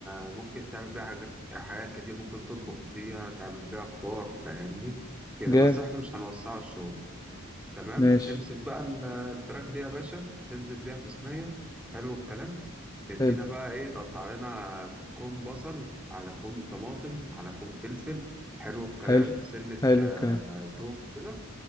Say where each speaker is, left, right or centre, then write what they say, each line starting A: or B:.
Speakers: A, in the centre; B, on the left.
A: آه، ممكن تعمل بيها حاجات حاجات كتير ممكن تطبخ بيها تعمل بيها خضار فاهمني كده
B: جامد
A: بس احنا مش هنوسعه الشغل تمام
B: ماشي
A: تمسك بقى ال- الفراخ دي يا باشا تنزل بيها في صينية حلو الكلام تدينا
B: حلو
A: بقى ايه تقطع لنا كوم بصل على كوم طماطم على كوم فلفل حلو الكلام
B: حلو
A: سنة
B: حلو
A: آه،
B: الكلام
A: توم كده